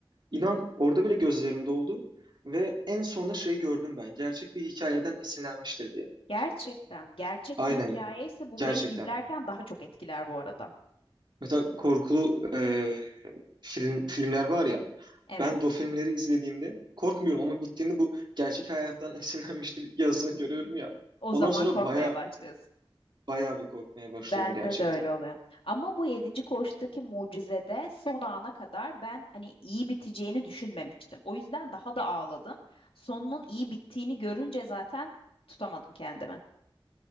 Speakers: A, on the right (about 55°); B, on the left (about 75°).
A: İnan orada bile gözlerim doldu. Ve en sonunda şeyi gördüm ben. Gerçek bir hikayeden esinlenmiştir diye.
B: Gerçekten gerçek
A: Aynen
B: bir hikaye ise bu
A: gerçekten.
B: beni izlerken daha çok etkiler bu arada.
A: Mesela korkulu e, film filmler var ya.
B: Evet,
A: Ben de o filmleri izlediğimde korkmuyorum ama bittiğinde bu gerçek hayattan <laughs> esinlenmiştir yazısını görüyorum ya.
B: o
A: Ondan
B: zaman
A: sonra
B: korkmaya
A: baya
B: başlıyorsun.
A: baya bir korkmaya başlıyorum
B: Bende
A: gerçekten.
B: de öyle oluyor. Ama bu yedinci koğuştaki mucizede son ana kadar ben hani iyi biteceğini düşünmemiştim. O yüzden daha da ağladım. Sonunun iyi bittiğini görünce zaten tutamadım kendimi.